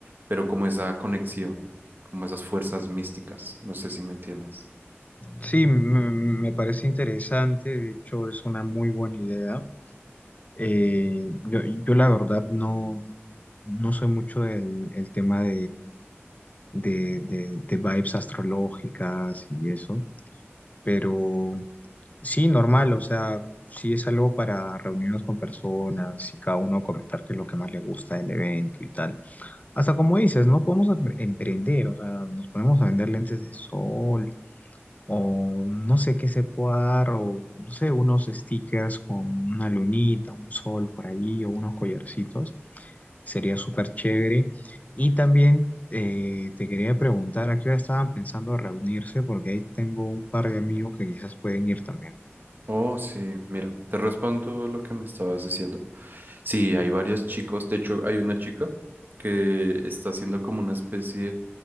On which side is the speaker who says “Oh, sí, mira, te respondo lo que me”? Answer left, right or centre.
Right